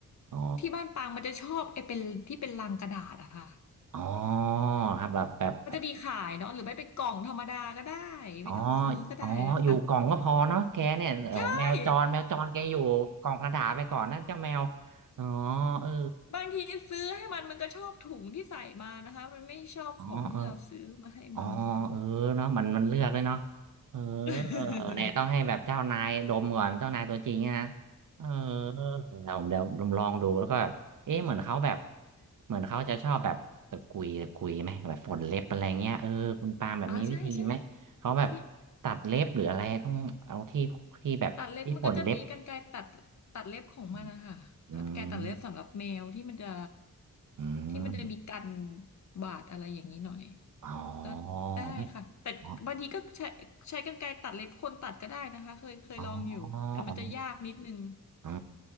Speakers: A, on the right; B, on the left.
A: อ๋อ
B: ที่บ้านปางมันจะชอบไอ้เป็นที่เป็นลังกระดาษอะค่ะ
A: อ๋อครับแบบแบบ
B: มันจะมีขายเนาะหรือไม่เป็นกล่องธรรมดาก็ได้
A: อ๋อ
B: ไม่ต้องซื้อก็ได้อะค่ะ
A: อ๋อ อยู่กล่องก็พอเนาะแกเนี่ยโอ้แมวจรแมวจรแกอยู่กล่องกระดาษไปก่อนนะเจ้าแมว
B: ใช่
A: อ๋อเออ
B: บางทีซื้อให้มันมันก็ชอบถุงที่ใส่มานะคะมันไม่ชอบของที่เราซื้อมาให้มัน
A: อ๋อเออ อ๋อเออเนาะมันมันเลือกเลยเนาะเออ
B: <laughs>
A: เนี่ยต้องให้แบบเจ้านายดมก่อนเจ้านายตัวจริงอะนะเออเดี๋ยวผมเดี๋ยวผมลองดูแล้วก็แบบเอ๊ะเหมือนเขาแบบเหมือนเขาจะชอบแบบตะกุยตะกุยไหมแบบฝนเล็บอะไรเงี้ยเออคุณปาล์มแบบมีวิธีไหมเขาแบบ
B: อ๋อใช่ใช่ที่
A: ตัดเล็บหรืออะไรต้องเอาที่ที่แบบที่ฝนเล็บ
B: ตัดเล็บมันก็จะมีกรรไกรตัดตัดเล็บของมันนะคะตัดกรรไกรตัดเล็บสำหรับแมวที่มันจะ
A: อืมอืม
B: ที่มันจะมีกันบาดอะไรอย่างนี้หน่อย
A: อ๋อ
B: ก็ได้ค่ะแต่บางทีก็ใช้ใช้กรรไกรตัดเล็บคนตัดก็ได้นะคะเคยเคยลองอยู่แต่มันจะยากนิดนึง
A: ไม่อ๋ออ๋ออ๋อ อ๋อ